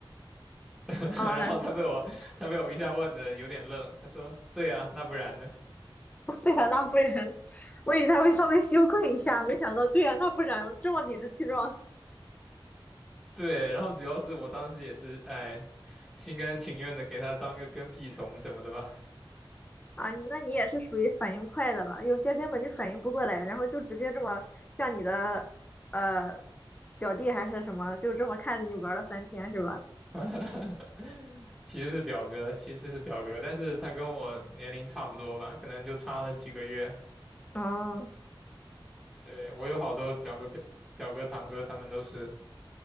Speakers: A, in the centre; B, on the left (about 15°).
A: <laughs>
B: 啊，
A: 然后他被我他被我一下问的有点愣，
B: <laughs>
A: 他说对啊，那不然呢？
B: 对呀，那不然，我以为他会稍微羞愧一下，没想到，对呀，那不然这么理直气壮
A: 对，然后主要是我当时也是哎心甘情愿的给他当个跟屁虫什么的吧。
B: 啊，那你也是属于反应快的了，有些根本就反应不过来，然后就直接这么像你的呃表弟还是什么，就这么看着你玩了三天是吧？
A: <laughs> 其实是表哥，其实是表哥，但是他跟我年龄差不多吧，可能就差了几个月。
B: 哦，
A: 对，我有好多表哥、表表哥、堂哥，他们都是